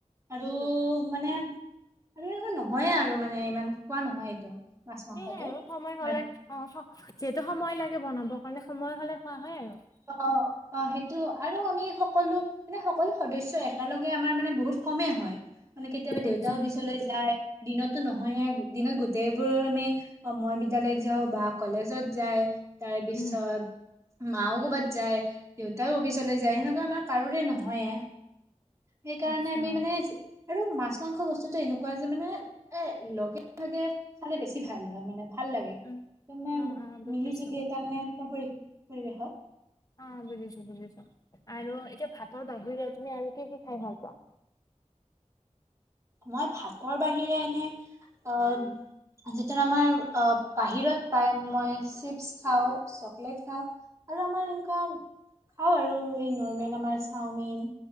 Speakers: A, on the right; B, on the left.
A: আৰু
B: উম
A: মানে--। আৰু এনেকুৱা নহয়ে আৰু মানে ইমান খোৱা নহয় এইটো। মাছ মাংসটো
B: সেইয়াই আৰু সময় হ'লে অঁ যিহেতু সময় লাগে--। বনাবৰ কাৰণে সময় হ'লে খোৱা হয় আৰু।
A: অঁ অ' সেইটো আৰু আমি সকলো মানে সকলো সদস্য একেলগে আমাৰ মানে বহুত কমেই হয়। মানে কেতিয়াবা দেউতা
B: আচ্ছা
A: অফিচলৈ যায় দিনতটো নহয়ে। দিনত গোটেইবোৰ আমি মই বিদ্যালয়ত যাওঁ বা কলেজত যায়। তাৰ পিছত--।
B: উম
A: মাওঁ । ক'ৰবাত যায় দেউতাও অফিচলৈ যায় সেনেকুৱা আমাৰ কাৰোৰে নহয়ে। সেইকাৰণে
B: আচ্ছা
A: আমি মানে
B: অ
A: আৰু মাছ-মাংস বস্তুটো এনেকুৱা--। যে মানে এ লগে ভাগে খালে বেছি ভাল হয় মানে। ভাল লাগে
B: উম,
A: তাৰমানে
B: অ', অ', বুজিছোঁ,
A: মিলি জুলি এটা মানে পৰি পৰিৱেশত
B: অ বুজিছো বুজিছো আৰু এতিয়া ভাতৰ বাহি তুমি আৰু কি কি খাই ভাল পাোৱা
A: মই ভাতৰ বাহিৰে এনে অ য আমাৰ বাহিৰত পাই মই চিপছ খাওঁ চকলেট খাওঁ আৰু আমাৰ এনেকুৱা খাওঁ আৰু এই নৰ্মেল আমাৰ চাওমিন